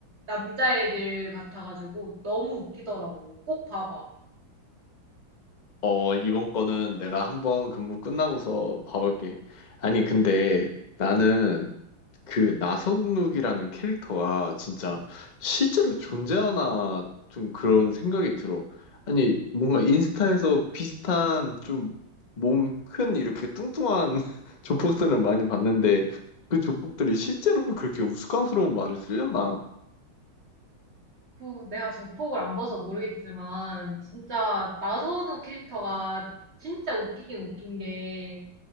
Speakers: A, on the right; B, on the left.
A: 남자애들 같아가지고 너무 웃기더라고. 꼭 봐봐.
B: 어, 이번 거는 내가 한번 근무 끝나고서 봐볼게. 아니, 근데 나는 그 나성욱이라는 캐릭터가 진짜 실제로 존재하나 좀 그런 생각이 들어. 아니, 뭔가 인스타에서 비슷한 좀 몸 큰 이렇게 뚱뚱한 <laughs> 조폭들은 많이 봤는데 그 조폭들이 실제로 그렇게 우스꽝스러운 말을 쓰려나?
A: 그 내가 저폭을 안 봐서 모르겠지만 진짜 나선우 캐릭터가 진짜 웃기긴 웃긴 게